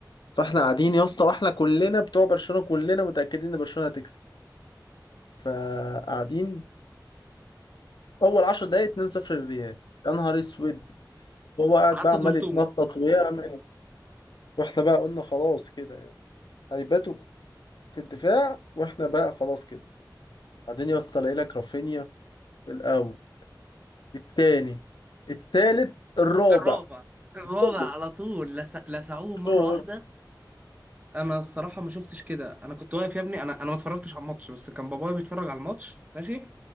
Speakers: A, on the left; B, on the right.
A: فاحنا قاعدين يا اسطى واحنا كلنا بتوع برشلونة كلنا متأكدين ان برشلونة هتكسب فقاعدين اول 10 دقايق 2-0 للريال يا نهار اسود هو قاعد
B: حطوا
A: بقى عمال
B: تلتمه
A: يتنطط ويعمل واحنا بقى قلنا خلاص كده يعني هيباتوا في الدفاع واحنا بقى خلاص كده بعدين يا اسطى الاقي لك رافينيا الاول التاني التالت الرابع
B: الرابع الرابع
A: كله
B: على طول لس... لسعوه مرة
A: دول.
B: واحدة انا الصراحة ما شفتش كده انا كنت واقف يا ابني انا انا ما اتفرجتش على الماتش بس كان بابايا بيتفرج على الماتش ماشي